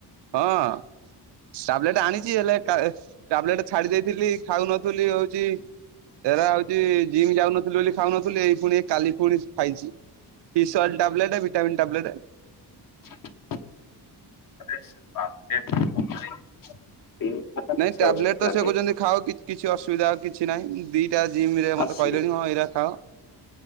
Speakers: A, on the right; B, on the left.
A: ହଁ ଟାବଲେଟ ଆଣିଛି ହେଲେ ଟାବଲେଟ ଛାଡି ଦେଇଥିଲି। ଖାଉନ ଥିଲି ହଉଛି ଏରା ହଉଛି ଜିମ୍ ଯାଉନଥିଲି ବୋଲି ଖାଉନଥିଲି ଏଇ ପୁଣି କାଲି ପୁଣି ଖାଇଛି ବିଶ୍ଵାଲ ଟ୍ୟାବଲେଟ ଭିଟାମନ୍ ଟ୍ୟାବଲେଟ
B: <unintelligible> ହସ୍ପିଟାଲ
A: ନାଇଁ ଟ୍ୟାବଲେଟ ତ ସେ କହୁଛନ୍ତି ଖାଅ କି କିଛି ଅସୁବିଧା ଆଉ କିଛି ନାହିଁ। ଦିଟା ଜିମ୍ ରେ
B: ଆସି
A: ମତେ କହିଲେଣି ହଁ ଏଇରା ଖାଅ।